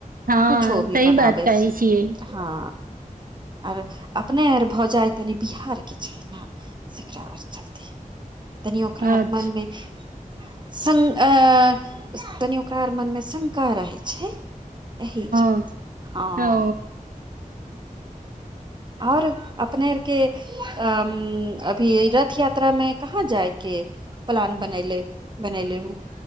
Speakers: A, on the right; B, on the right.
A: हँ
B: कुछो भी
A: सही
B: बनाबै
A: बात कहै
B: छै
A: छियै
B: हँ आर अपने आर भौजाइ तनि बिहार के छै न से एकरा आओर चलते तनि ओकरा आर
A: अच्छा
B: मन मे शं-ए तनि ओकरा आर मन मे शंका रहै छै एहि चलते
A: ओ
B: हाँ
A: ओ
B: आओर अपने आरके एमम अभी रथ यात्रा मे कहाँ जाइके प्लान बनैले बनैले